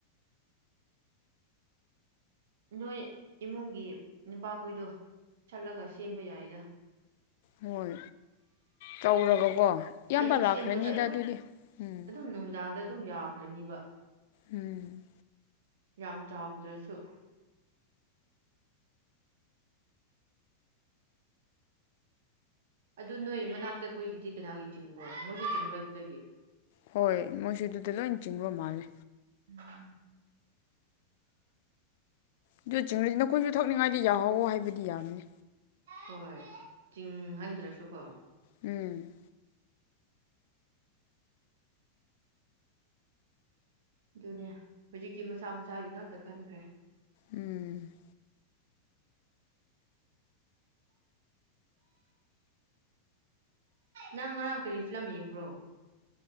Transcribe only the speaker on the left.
ꯍꯣꯏ ꯇꯧꯔꯒꯀꯣ ꯏꯌꯥꯝꯕ
ꯂꯥꯛꯈ꯭ꯔꯅꯤꯗ
ꯑꯗꯨꯗꯤ ꯎꯝ
ꯎꯝ
ꯍꯣꯏ ꯃꯣꯏꯁꯨ ꯑꯗꯨꯗ ꯂꯣꯏ ꯆꯤꯡꯕ ꯃꯥꯜꯂꯦ
ꯑꯗꯨ ꯆꯤꯡꯂꯁꯨ ꯅꯈꯣꯏꯁꯨ ꯊꯛꯅꯤꯡꯉꯥꯏꯗꯤ ꯌꯥꯍꯧꯋꯣ ꯍꯥꯏꯕꯗꯤ ꯌꯥꯝꯕꯅꯤ
ꯎꯝ
ꯎꯝ